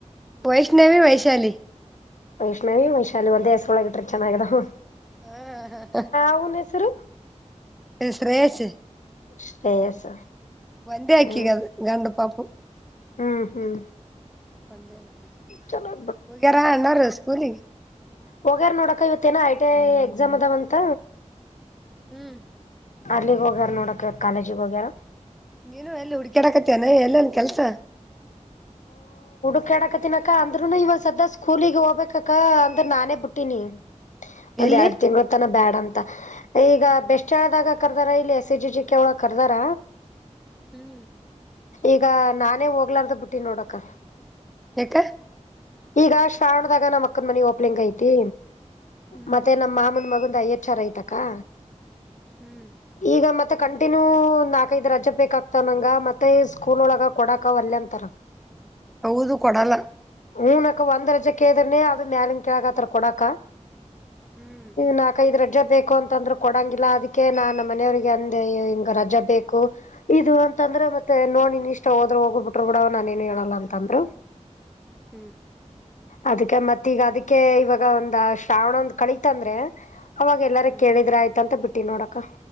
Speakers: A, in the centre; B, on the left.
A: ವೈಷ್ಣವಿ ವೈಶಾಲಿ.
B: ವೈಷ್ಣವಿ ವೈಶಾಲಿ ಒಂದ್ ಹೆಸರ ಒಳಗ ಇಟ್ರಿ ಚೆನ್ನಾಗದಾವ.
A: ಹ
B: ಅವ್ನ ಹೆಸರು?
A: ಶ್ರೇಯಷ್
B: ಶ್ರೇಯಸ್
A: ಒಂದೇ ಅಕಿಗೆ
B: ಹ್ಮ್
A: ಗಂಡಪಾಪು.
B: ಹ್ಮ್ ಹ್ಮ್
A: <unintelligible>
B: ಚಲೋ
A: ಹೋಗ್ಯಾರ ಅಣ್ಣರ ಸ್ಕೂಲಿಗ
B: ಹೋಗ್ಯಾರ ನೋಡ ಅಕ್ಕಾ ಇವತ್ತೇ ಏನೂ ಐ ಟಿ ಐ ಎಕ್ಸಾಮ್ ಅದಾವಂತ.
A: ಹ್ಮ್
B: ಅಲ್ಲೀಗ ಹೋಗ್ಯಾರ ನೋಡ ಅಕ್ಕಾ ಕಾಲೇಜಿಗ್ ಹೋಗ್ಯಾರ -
A: ನೀನು ಎಲ್ಲಿ ಹುಡ್ಕ್ಯಾಡಕತ್ತಿ ಏನ ಎಲ್ಲ ಒಂದ ಕೆಲ್ಸ
B: ಹುಡುಕ್ಯಾಡ್ಕತ್ತೆನಿಅಕ್ಕ ಅಂದ್ರುನು ಇವಾಗ ಸದ್ದ ಸ್ಕೂಲಿಗ್ ಹೋಗ್ಬೇಕಕ್ಕ ಅಂದ್ರ ನಾನೇ ಬಿಟ್ಟೀನಿ. ಒಂದ್
A: ಎಲ್ಲಿ
B: ಎರಡ್ ತಿಂಗಳ ತನ ಬ್ಯಾಡಂತ. ಅಂತ ಈಗ ಬೆಸ್ಳದಾಗ ಕರ್ದಾರ ಇಲ್ಲಿ S C G G K ಒಳಗ ಕರ್ದಾರ
A: ಹ್ಮ್
B: ಈಗ ನಾನೇ ಹೋಗ್ಲಾರ್ದ ಬಿಟ್ಟಿನಿ ನೋಡ ಅಕ್ಕಾ
A: ಯಾಕ
B: ಈಗ ಅಷ್ಟ ಕಾಣದಾಗ ನಮ್ಮ ಅಕ್ಕನ ಮನಿ ಓಪ್ಲಿಂಗ್ ಐತಿ
A: ಹ್ಮ್
B: ಮತ್ತೆ ನಮ್ಮ ಮಾಮನ ಮಗಂದ ವಿಚಾರ ಐತಿ ಅಕ್ಕಾ
A: ಹ್ಮ್
B: ಈಗ ಮತ್ತ ಕಂಟಿನ್ಯೂ ನ್ಯೂ ಮತ್ತ ನಾಕೈದ್ ರಜಾ ಬೇಕಾಗ್ತಾವ ನಂಗ ಮತ್ತೆ ಸ್ಕೂಲ್ ಒಳಗ ಕೊಡಾಕ ಒಳ್ಳಾ ಅಂತಾರ.
A: ಹೌದು ಕೊಡಲ್ಲ
B: ಹುನ ಕ ಅಕ್ಕ ಒಂದ ರಜೆ ಕೇಳಿದ್ರೇನೆ ಅದ ಮ್ಯಾಲಿನ ಕೆಳಗ ಅತಾರ್ ಕೊಡಕ
A: ಹ್ಮ್
B: ನಾಲ್ಕಐದು ರಜೆ ಬೇಕು ಅಂತಾ ಅಂದ್ರ ಕೊಡಂಗಿಲ್ಲ ಅದಕ್ಕೆ ನಾ ನಮ್ಮ ಮನೆಯವ್ರಿಗೆ ಅಂದ ಹಿಂಗ ರಜೆ ಬೇಕು ಇದು ಅಂತಂದ್ರೆ ಮತ್ತ ಮತ್ತ ನೋಡಿ ನೀ ಇಷ್ಟ ಹೋದ್ರ ಹೋಗು ಬಿಟ್ರು ಬಿಡು ನಾನ ಏನು ಹೇಳಲ್ಲ ಅಂತಂದ್ರು.
A: ಹ್ಮ್
B: ಅದಕ್ಕೆ ಮತ್ತ ಈಗ ಅದಕ್ಕೆ ಇವಾಗ ಒಂದ ಶ್ರಾವಣ ಒಂದ ಕಳಿತಂದ್ರೆ ಅವಾಗ ಎಲ್ಲಿರ
A: ಹ್ಮ್
B: ಕೇಳಿದ್ರೆ ಆಯ್ತ ಅಂತ ಬಿಟ್ಟಿನೀ ನೋಡ ಅಕ್ಕಾ.